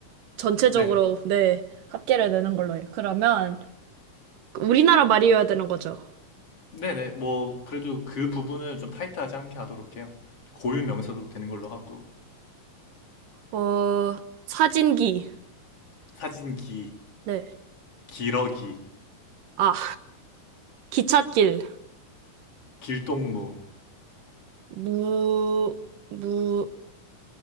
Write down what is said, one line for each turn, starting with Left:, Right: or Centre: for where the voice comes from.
Right: 전체적으로,
Left: 네.
Right: 네, 합계를 내는 걸로 해요. 그러면, 우리나라 말이어야 되는 거죠.
Left: 네네. 뭐 그래도 그 부분은 좀 타이트하지 않게 하도록 해요. 고유 명사도 되는 걸로 하고.
Right: 어, 사진기.
Left: 사진기,
Right: 네.
Left: 기러기,
Right: 아, 기찻길.
Left: 길동무,
Right: 무, 무,